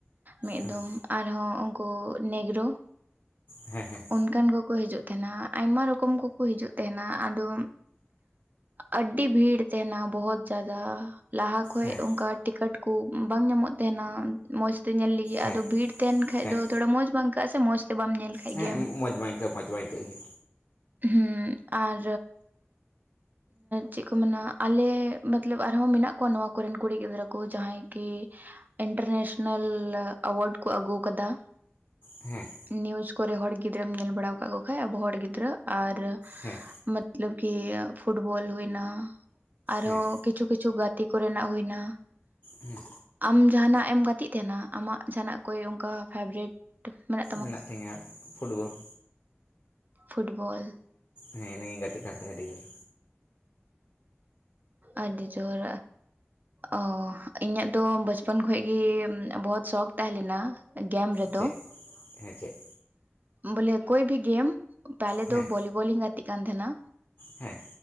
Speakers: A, on the right; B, on the left.
A: ᱢᱤᱫ
B: ᱦᱮᱸ
A: ᱫᱚᱢ ᱟᱨᱦᱚᱸ ᱩᱱᱠᱩ ᱱᱜᱽᱨᱳ
B: ᱦᱮᱸ ᱦᱮᱸ
A: ᱚᱱᱠᱟᱱ ᱜ ᱠᱚ ᱦᱤᱡᱩᱜ ᱛᱟᱦᱮᱱᱟ ᱟᱭᱢᱟ ᱨᱚᱠᱚᱢ ᱠᱚᱠᱚ ᱦᱤᱡᱩᱜ ᱛᱟᱦᱮᱱᱟ ᱟᱫᱚ ᱟᱹᱰᱤ ᱵᱷᱤᱲ ᱛᱟᱦᱮᱱᱟ ᱵᱚᱦᱩᱛ ᱡᱟᱫᱟ ᱞᱟᱦᱟ ᱠᱷᱚᱡ
B: ᱦᱮᱸ
A: ᱚᱱᱠᱟ ᱴᱤᱠᱤᱴ ᱠᱩ ᱵᱟᱝ ᱧᱟᱢᱚᱜ ᱚᱜ ᱛᱟᱦᱮᱱᱟ ᱢᱚᱸᱡᱽ ᱛᱮ ᱧᱮᱞ ᱞᱟᱹᱜᱤᱫ
B: ᱦᱮᱸ
A: ᱟᱫᱚ ᱵᱷᱤᱲ ᱛᱟᱦᱮᱱ ᱠᱷᱟᱡ
B: ᱦᱮᱸ
A: ᱫᱚ ᱛᱷᱚᱲᱟ ᱢᱚᱸᱡᱽ ᱵᱟᱝ ᱟᱹᱭᱠᱟᱹᱜᱼᱟ ᱥᱮ ᱢᱚ ᱛᱮ ᱵᱟᱢ ᱧᱮᱞ ᱠᱷᱟᱱ
B: ᱦᱮᱸ
A: ᱜᱮᱭᱟ
B: ᱢᱚᱡᱽ ᱵᱟᱝ ᱟᱹᱭᱠᱟᱹᱜᱼᱟ ᱢᱚᱡᱽ ᱵᱟᱝ ᱟᱹᱭᱠᱟᱹᱜ ᱜᱮ
A: ᱦᱮᱸ ᱟᱨ ᱪᱮᱫ ᱠᱚ ᱢᱮᱱᱟ ᱟᱞᱮ ᱢᱚᱛᱞᱚᱵ ᱟᱨᱦᱚᱸ ᱢᱮᱱᱟᱜ ᱠᱚᱣᱟ ᱱᱚᱣᱟ ᱠᱚᱨᱮᱱ ᱠᱩᱲᱤ ᱜᱤᱫᱽᱨᱟᱹ ᱠᱚ ᱡᱟᱦᱟᱸᱭ ᱤᱱᱴᱟᱨᱱᱮᱥᱱᱮᱞ ᱮᱣᱟᱨᱰ ᱠᱚ ᱟᱹᱜᱩ ᱟᱠᱟᱫᱟ
B: ᱦᱮᱸ
A: ᱱᱤᱭᱩᱡ ᱠᱚᱨᱮ ᱦᱚᱲ ᱜᱤᱫᱽᱨᱟᱹᱢ ᱧᱮᱞ ᱵᱟᱲᱟ ᱟᱠᱟᱫ ᱠᱚ ᱠᱷᱟᱱᱡ ᱟᱵᱚ ᱦᱚᱲ ᱜᱤᱫᱽᱨᱟᱹ ᱟᱨ
B: ᱦᱮᱸ
A: ᱢᱚᱛᱞᱚᱵ ᱠᱤ ᱯᱷᱩᱴᱵᱚᱞ ᱦᱩᱭᱱᱟ ᱟᱨᱦᱚᱸ
B: ᱦᱮᱸ
A: ᱠᱤᱪᱷᱩ ᱠᱤᱪᱷᱩ ᱜᱟᱛᱮ ᱠᱚᱨᱮᱱᱟᱜ ᱦᱩᱭᱱᱟ
B: ᱦᱮᱸ
A: ᱟᱢ ᱡᱟᱦᱟᱸᱦᱟᱱᱟᱜ ᱮᱢ ᱜᱟᱛᱮᱜ ᱛᱟᱦᱮᱱᱟ ᱟᱢᱟᱜ ᱡᱟᱦᱟᱸᱟᱱᱟᱜ ᱠᱚ ᱚᱱᱠᱟ ᱯᱷᱮᱵᱟᱨᱮᱴ ᱢᱟᱱᱮ
B: ᱢᱮᱱᱟᱜ ᱛᱤᱧᱟᱹ ᱯᱷᱩᱴᱵᱚᱞ
A: ᱯᱷᱩᱴᱵᱚᱞ
B: ᱦᱮᱸ ᱤᱱᱟᱹᱜᱤᱧ ᱜᱟᱛᱮᱜ ᱠᱟᱱ ᱛᱟᱦᱮᱸᱫ ᱟᱹᱰᱤ ᱡᱳᱨ
A: ᱟᱹᱰᱤ ᱡᱳᱨ ᱚ ᱤᱧᱟᱹᱜ ᱫᱚ ᱵᱟᱪᱯᱚᱱ ᱠᱷᱚᱱᱜᱤ ᱵᱚᱦᱩᱛ ᱥᱚᱠᱷ ᱛᱟᱦᱮᱸᱞᱮᱱᱟ ᱜᱮᱢ ᱨᱮᱫᱚ
B: ᱪᱮᱫ ᱦᱮᱸ ᱪᱮᱫ
A: ᱵᱚᱞᱮ ᱠᱳᱭᱵᱤ ᱜᱮᱢ ᱯᱞᱮ
B: ᱦᱮᱸ
A: ᱫᱚ ᱵᱷᱚᱞᱤᱵᱚᱞᱤᱧ ᱜᱟᱛᱮᱜ ᱠᱟᱱ ᱛᱟᱦᱮᱱᱟ
B: ᱦᱮᱸ